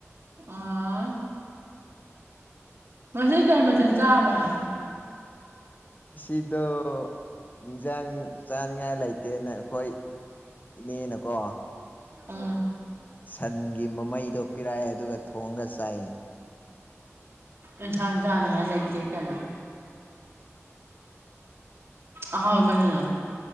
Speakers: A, on the right; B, on the left.
A: ꯑꯥ ꯉꯁꯤ ꯀꯩ ꯃꯊꯦꯟ ꯆꯥꯔꯕꯅꯪ
B: ꯉꯁꯤꯗꯣ ꯏꯟꯖꯥꯡ ꯆꯥꯅꯤꯡꯉꯥꯏ ꯂꯩꯇꯦꯅ ꯑꯩꯈꯣꯏ__ ꯏꯅꯦꯅꯀꯣ
A: ꯑꯥ
B: ꯁꯟꯒꯤ ꯃꯃꯩꯗꯣ ꯄꯤꯔꯛꯑꯦ ꯑꯗꯨꯒ ꯊꯣꯡꯉꯒ ꯆꯥꯏ
A: ꯏꯟꯁꯥꯡ ꯆꯥꯅꯉꯥꯏ ꯂꯩꯇꯦ ꯀꯥꯏꯅ ꯑꯍꯥꯎ ꯕꯅꯤꯅ